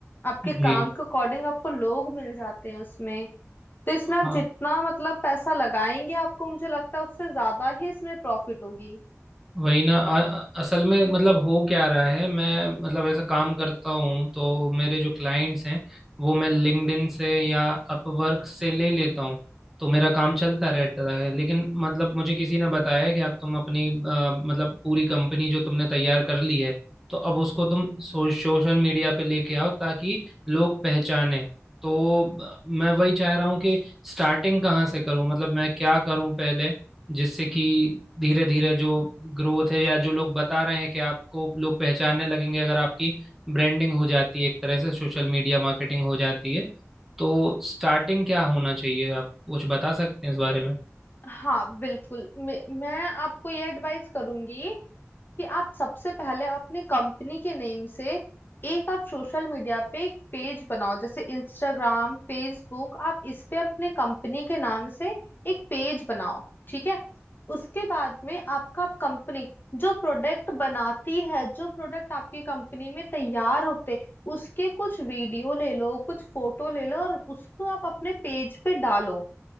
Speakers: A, on the left; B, in the centre.
A: आपके
B: जी
A: काम के अकॉर्डिंग आपको लोग मिल जाते हैं उसमें तो इसमें आप
B: हाँ
A: जितना मतलब पैसा लगाएंगे आपको मुझे लगता है उससे ज्यादा ही इसमें प्रॉफिट होगी
B: वही ना अ- असल में मतलब हो क्या रहा है मैं मतलब ऐसा काम करता हूँ तो मेरे जो क्लाइंट्स हैं वो मैं लिंक्डइन से या अपवर्क से ले लेता हूँ तो मेरा काम चलता रहता है लेकिन मतलब मुझे किसी ने बताया है कि अब तुम अपनी अ, मतलब पूरी कंपनी जो तुमने तैयार कर ली है तो अब उसको तुम सो, सोशल मीडिया पे लेके आओ ताकि लोग पहचाने तो अ, मैं वही चाह रहा हूँ कि स्टार्टिंग कहाँ से करूँ मतलब मैं क्या करूँ पहले जिससे कि धीरे धीरे जो ग्रोथ है या जो लोग बता रहे हैं कि आपको लोग पहचानने लगेंगे अगर आपकी ब्रांडिंग हो जाती है एक तरह से सोशल मीडिया मार्केटिंग हो जाती है तो स्टार्टिंग क्या होना चाहिए आप कुछ बता सकते हैं इस बारे में
A: हाँ बिल्कुल मैं, मैं आपको ये एडवाइस करूंगी कि आप सबसे पहले अपने कंपनी के नेम से एक आप सोशल मीडिया पे एक पेज बनाओ जैसे इंस्टाग्राम फेसबुक आप इस पे अपने कंपनी के नाम से एक पेज बनाओ ठीक है उसके बाद में आपका कंपनी जो प्रोडक्ट बनाती है जो प्रोडक्ट आपकी कंपनी में तैयार होते उसके कुछ वीडियो ले लो कुछ फोटो ले लो और उसको आप अपने पेज पे डालो